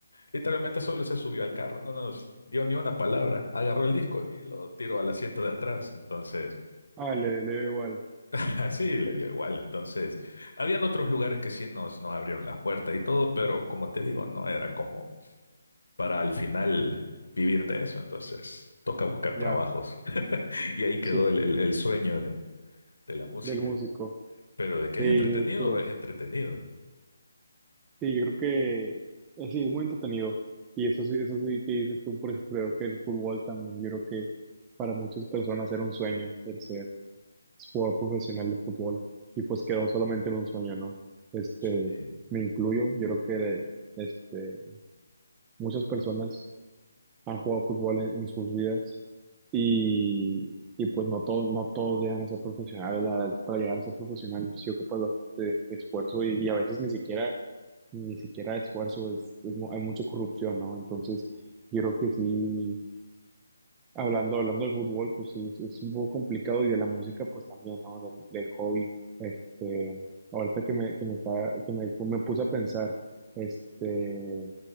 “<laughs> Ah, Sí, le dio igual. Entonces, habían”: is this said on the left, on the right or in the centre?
Left